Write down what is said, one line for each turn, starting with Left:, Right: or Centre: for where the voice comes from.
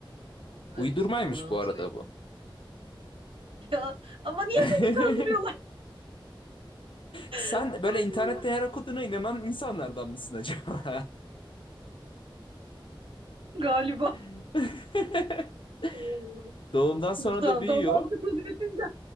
Right: Evet
Left: Uydurmaymış
Right: orantı.
Left: bu arada bu.
Right: <laughs> Ya ama niye
Left: <laughs>
Right: beni kandırıyorlar?
Left: Sen
Right: <laughs>
Left: böyle
Right: Ay
Left: internette
Right: Allah
Left: her okuduğuna inanan insanlardan mısın acaba?
Right: Galiba.
Left: <laughs>
Right: Ay Allah.
Left: Doğumdan sonra
Right: Dur tamam
Left: da büyüyor.
Right: daha mantıklı düşünce.